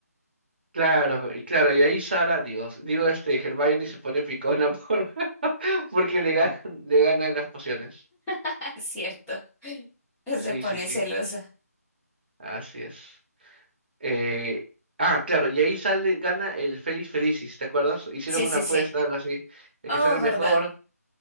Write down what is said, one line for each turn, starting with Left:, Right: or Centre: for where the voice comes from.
Right: Claro, y claro, y ahí Sara, digo, digo este, Hermione se pone picona por, <laughs> porque le ganan, le ganan las pociones.
Centre: <laughs> ¿cierto? Se
Right: Sí,
Centre: pone
Right: sí, sí,
Centre: celosa.
Right: así es. Eh, ah, claro, y ahí sale, gana el Feliz Felicis, ¿te acuerdas? Hicieron
Centre: Sí,
Right: una
Centre: sí,
Right: apuesta,
Centre: sí.
Right: algo así, el
Centre: Oh,
Right: que sale mejor,
Centre: ¿verdad?